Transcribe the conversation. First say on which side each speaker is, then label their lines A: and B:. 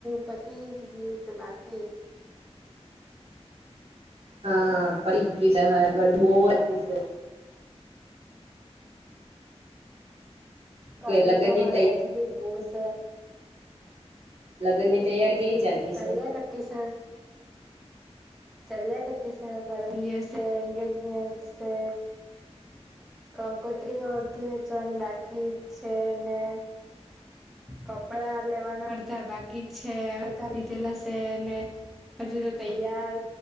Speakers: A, in the centre; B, on the right (about 60°).
A: પતિ ગયું કે બાકી?
B: હા પડીજ હવે ગરબો <unintelligible> છે
A: ગરમી
B: લગ્નની
A: તો અમારી બાજુ ભી બવ છે.
B: લગ્ન ની તૈયારી કેવી ચાલતી
A: ચાલ્યા
B: છે?
A: કરતી છે ચાલ્યા કતી છે. પરમ દિવસે એંગેજમેન્ટ છે. કંકોત્રી અડધી વેચવાની બાકી છે. ને કપડા લેવાના અડધા બાકી છે. અડધા લીધેલા છ ને હજુ તો તૈયાર